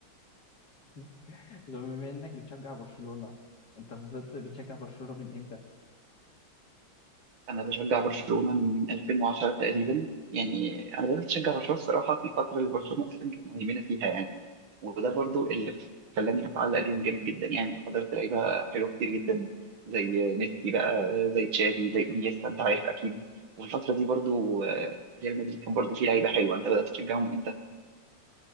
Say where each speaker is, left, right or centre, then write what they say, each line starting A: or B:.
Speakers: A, on the left (about 55°); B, on the right (about 80°).
A: <laughs> بما انك بتشجع برشلونة انت فضلت بتشجع برشلونة من امتى؟
B: انا بشجع برشلونه من 2010 تقريبا يعني انا بدات اشجع برشلونه الصراحه في الفتره اللي برشلونه اصلا كانت مهيمنه فيها يعني وده برضو اللي خلاني اتعلق بيهم جامد جدا يعني انا حضرت لعيبه حلوه كتير جدا زي ميسي بقى زي تشافي زي انيستا انت عارف اكيد وفي الفتره دي برضو آه، ريال مدريد كان برضو فيه لعيبه حلوه انت بدات تشجعهم امتى؟